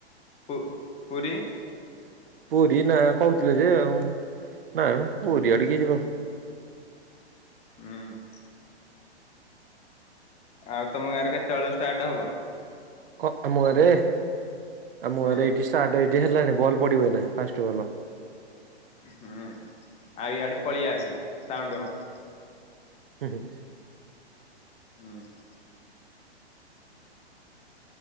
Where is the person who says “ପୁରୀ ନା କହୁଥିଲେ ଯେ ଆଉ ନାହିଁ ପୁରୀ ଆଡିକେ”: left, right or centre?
Right